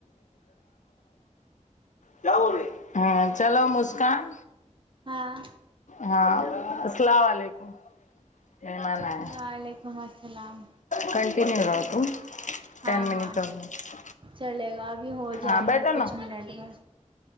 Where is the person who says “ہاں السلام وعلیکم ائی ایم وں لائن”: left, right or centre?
Left